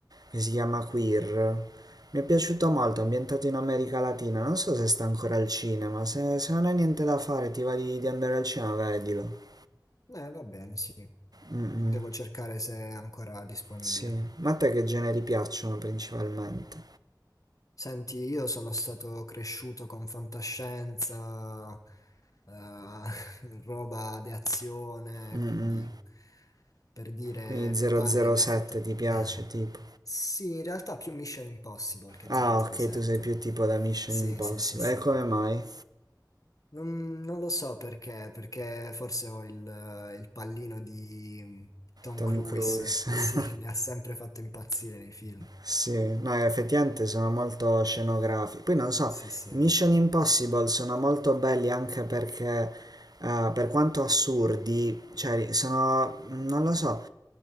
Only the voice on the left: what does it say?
Eh, va bene, sì.
Devo cercare se è ancora disponibile.
Senti, io sono stato cresciuto con fantascienza, eh, <laughs> roba di azione,
quindi per dire
mio
padre mi ha fatto...
<laughs>
Sì, in realtà più Mission Impossible che
007.
Sì,
sì, sì, sì.
Non, non lo so perché, perché forse ho il, eh, il pallino di mm, Tom
Cruise.
Sì,
<laughs> mi ha sempre fatto impazzire nei film.
Sì, sì.